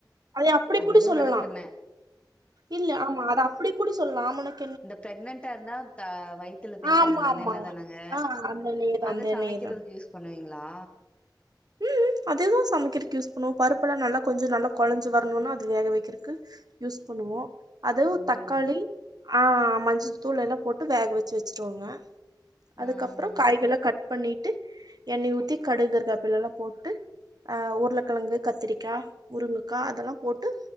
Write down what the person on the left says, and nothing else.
ஏதோ
வெளக்கெண்ண
இந்த பிரெக்னென்டா இர்ந்தா தா வயித்துல தேய்ப்பாங்ள
அந்த
எண்ணெ தானங்க
அத
சமைக்கிறதுக்கு
யூஸ் பண்ணுவீங்களா
அப்டிங்களா
ஆ
ஆ